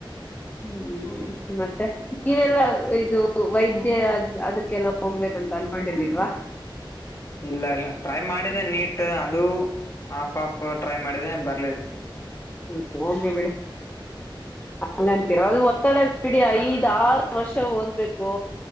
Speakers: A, on the left (about 20°); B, on the left (about 40°).
A: ಹ್ಮ್ ಮತ್ತೆ ನೀವೆಲ್ಲ ಇದು ವೈದ್ಯದ ಅದಕ್ಕೆಲ್ಲ ಹೋಗ್ಬೇಕಂತ ಅನ್ಕೊಂಡಿರ್ಲಿಲ್ವಾ
B: ಇಲ್ಲ ಇಲ್ಲ ಟ್ರೈ ಮಾಡಿದೆ ನೀಟ್ ಅದು ಹಾಫ್ ಹಫ್ ಟ್ರೈ ಮಾಡಿದೆ ಬ ಸಿ <unintelligible>
A: ಹ್ಮ್ ಹೋಗಿ ಬಿಡಿ ಹಂಗಂತೀರ ಅದು ಒತ್ತಡ ಬಿಡಿ ಐದ್ ಆರು ವರ್ಷ ಓದ್ಬೇಕು